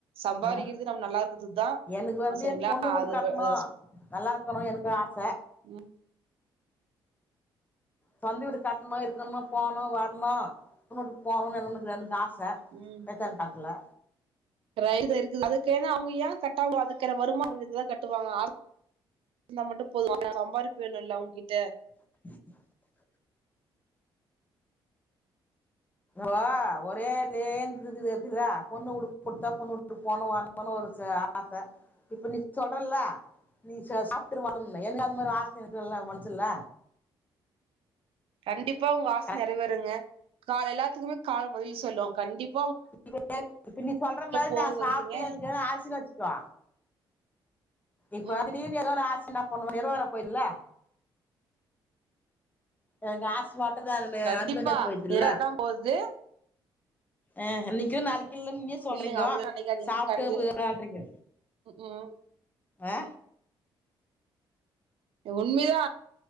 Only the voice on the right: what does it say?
சம்பாதிக்கிறது
நம்ம நல்லா இருக்கறதுக்கு தா
செரிங்களா
அது
இப் அது
ம்
உம்
ர இருக்கோ இருக்குது அதுக்கென்ன அவுங்க ஏ கட்டாம ஒதுக்கற வருமானோ உள்ளவங்கதா கட்டுவாங்க நானா மட்டு போதும் ஆனா சம்பாரிப்பு வேணோல்ல அவுங்கிட்ட
கண்டிப்பா உங்க ஆச
நிறைவேருங்க கால எல்லாத்துக்குமே காலோ பதில் சொல்லோ கண்டிப்
போய்
வருவீங்க
ம்
கண்டிப்பா
நிறைவேறதான் போகுது
இல்லங்க அவ்வளவு நினைக்காதீங்க
கண்டி
ம்
உண்மைதா